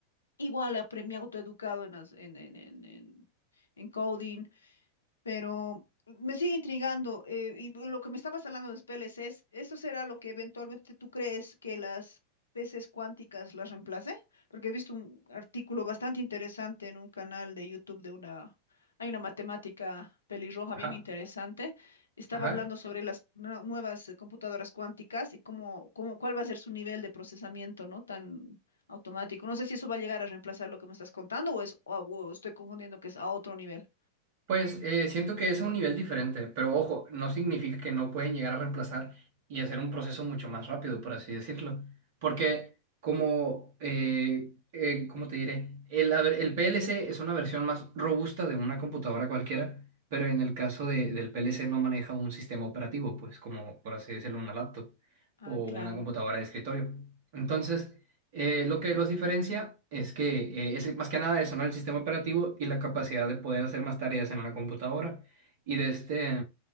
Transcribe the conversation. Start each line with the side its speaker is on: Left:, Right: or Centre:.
Left: Igual apre- me he autoeducado en, las- en, en, en en- en coding. Pero me sigue intrigando, eh, y lo que me estabas hablando de los PLCs, ¿eso será lo que eventualmente tú crees que las peces cuánticas las reemplace? Porque he visto un artículo bastante interesante en un canal de YouTube de una, hay una matemática pelirroja
Right: ajá,
Left: bien interesante. Estaba
Right: ajá.
Left: hablando sobre las nue- nuevas eh, computadoras cuánticas y cómo, cómo, cuál va a ser su nivel de procesamiento, ¿no? Tan automático. No sé si eso va a llegar a reemplazar lo que me estás contando o es, o o estoy confundiendo que es a otro nivel.
Right: Pues eh, siento que es un nivel diferente, pero ojo, no significa que no pueden llegar a reemplazar y hacer un proceso mucho más rápido, por así decirlo. Porque como, eh, eh, ¿cómo te diré? El, a ver, el PLC es una versión más robusta de una computadora cualquiera, pero en el caso de- del PLC no maneja un sistema operativo, pues como por así decirlo, una laptop
Left: Ah,
Right: o
Left: claro.
Right: una computadora de escritorio. Entonces, eh, lo que los diferencia es que eh, es más que nada eso, ¿no? El sistema operativo y la capacidad de poder hacer más tareas en una computadora. Y de este,